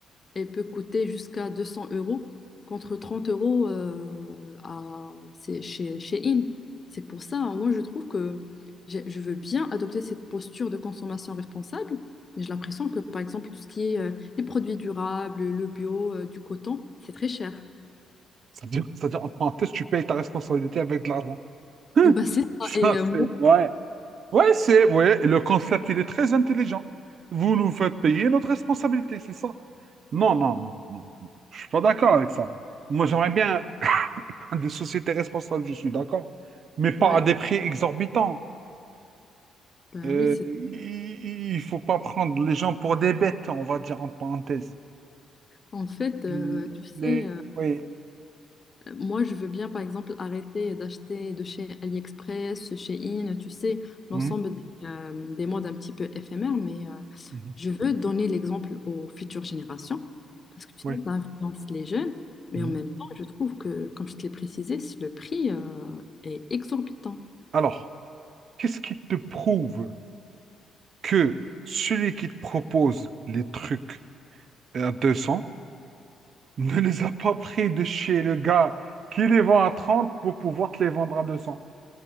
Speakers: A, on the left; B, on the right.
A: Elle peut coûter jusqu'à 200 euros contre 30 euros euh, à, c'est chez, chez In. C'est pour ça, hein, moi je trouve que j'ai- je veux bien adopter cette posture de consommation responsable, mais j'ai l'impression que par exemple tout ce qui est euh, les produits durables, le bio, euh, du coton, c'est très cher.
B: C'est-à-dire, c'est-à-dire, en parenthèse, tu payes ta responsabilité avec de l'argent.
A: Et ben,
B: <laughs>
A: c'est ça.
B: Ça,
A: Et euh, moi,
B: c'est... Ouais. Ouais, c'est ouais, le concept, il est très intelligent. Vous nous faites payer notre responsabilité, c'est ça? Non, non, non, non. Je suis pas d'accord avec ça. Moi, j'aimerais bien <coughs> des sociétés responsables, je suis d'accord, mais pas
A: ouais,
B: à des prix exorbitants.
A: ben
B: Euh,
A: oui, c'est
B: il, il faut pas prendre les gens pour des bêtes, on va dire en parenthèse.
A: en fait, euh,
B: Les,
A: tu sais. euh,
B: oui.
A: Moi, je veux bien, par exemple, arrêter d'acheter de chez AliExpress, chez In, tu sais, l'ensemble
B: Mhm,
A: des, euh, des modes un petit peu éphémères, mais euh,
B: mhm,
A: je veux donner l'exemple aux futures générations, parce que tu
B: oui,
A: sais, ça influence les jeunes, mais
B: mhm.
A: en même temps, je trouve que, comme je te l'ai précisé, le prix euh, est exorbitant.
B: Alors, qu'est-ce qui te prouve que celui qui te propose les trucs à 200 Ne les a pas pris de chez le gars qui les vend à 30 pour pouvoir te les vendre à 200.